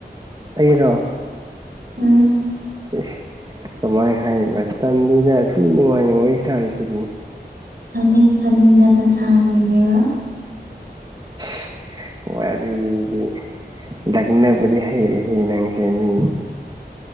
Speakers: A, on the right; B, on the right.
A: ꯑꯩꯔꯣ
B: ꯎꯝ
A: ꯑꯦꯁ ꯀꯃꯥꯏꯅ ꯍꯥꯏꯕ ꯇꯝꯗꯅ ꯑꯤ ꯅꯨꯡꯉꯥꯏꯅ ꯋꯥꯔꯤ ꯁꯥꯔꯤꯁꯤꯗꯤ
B: ꯁꯅꯤꯡ ꯁꯅꯤꯡꯗꯅ ꯁꯥꯕꯤꯅꯦꯕ
A: <inaudible> ꯋꯥꯔꯤꯗꯤ ꯂꯛꯅꯕꯗꯤ ꯍꯩꯔꯦꯍꯦ ꯅꯪꯁꯦ ꯃꯤ